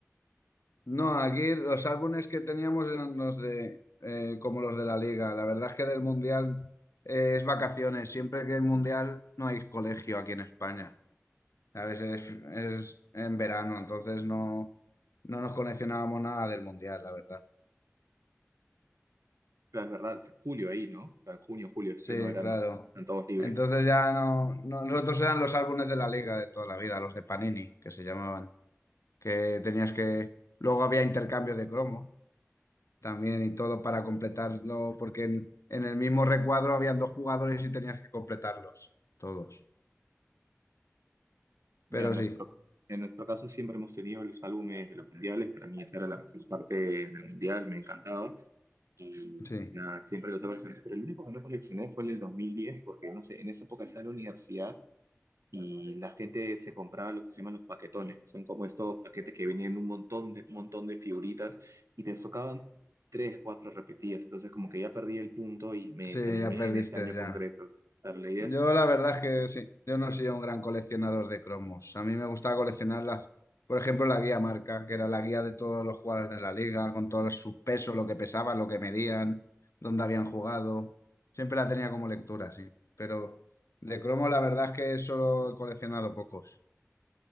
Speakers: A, on the left (about 80°); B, on the right (about 85°).
A: No, aquí los álbumes que teníamos eran los de, eh, como los de la liga. La verdad es que del mundial eh, es vacaciones. Siempre que hay mundial no hay colegio aquí en España. A veces es, es en verano, entonces no, no nos coleccionábamos nada del mundial, la verdad.
B: Pero es verdad, es julio ahí, ¿no? O sea, en junio, julio, es
A: Sí,
B: pleno verano,
A: claro.
B: están todos libres.
A: Entonces ya no, no- Nosotros eran los álbumes de la liga de toda la vida, los de Panini, que se llamaban. Que tenías que... Luego había intercambio de cromo también y todo para completarlo, porque en, en el mismo recuadro habían dos jugadores y tenías que completarlos, todos.
B: Ya
A: Pero
B: en nuestro,
A: sí,
B: en nuestro caso siempre hemos tenido los álbumes de los mundiales, para mí esa era la mejor parte del mundial, me encantaba. Y
A: sí,
B: nada, siempre los he coleccionado, pero el único que no coleccioné fue el del 2010 porque no sé, en esa época estaba en la universidad y la gente se compraba lo que se llaman los paquetones, que son como estos paquetes que venían un montón de, un montón de figuritas y te tocaban tres, cuatro repetidas, entonces como que ya perdí el punto y me
A: sí,
B: desanimé
A: ya perdiste
B: en ese año
A: ya.
B: concreto. Pero la idea
A: Yo
B: es,
A: la verdad es que sí, yo no soy un gran coleccionador de cromos. A mí me gustaba coleccionarlas, por ejemplo, la guía marca, que era la guía de todos los jugadores de la liga, con todos sus pesos, lo que pesaban, lo que medían, dónde habían jugado. Siempre la tenía como lectura, sí. Pero de cromos la verdad es que solo he coleccionado pocos.